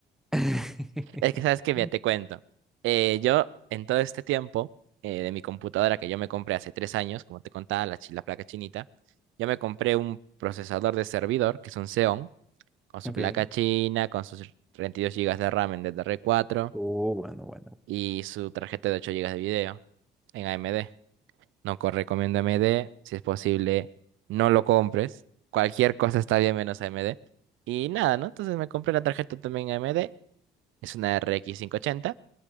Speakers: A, in the centre; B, on the right.
A: <laughs>
B: Es que sabes que, mira, te cuento. Eh, yo, en todo este tiempo, eh, de mi computadora que yo me compré hace tres años, como te contaba, la, chi- la placa chinita, yo me compré un procesador de servidor, que es un Xeon, con su
A: Ok.
B: placa china, con sus 32 gigas de RAM en ddr cuatro
A: Oh, bueno, bueno.
B: y su tarjeta de 8 gigas de video en AMD. No co- recomiendo AMD. Si es posible, no lo compres. Cualquier cosa está bien menos AMD. Y nada, ¿no? Entonces me compré la tarjeta también AMD. Es una RX ochenta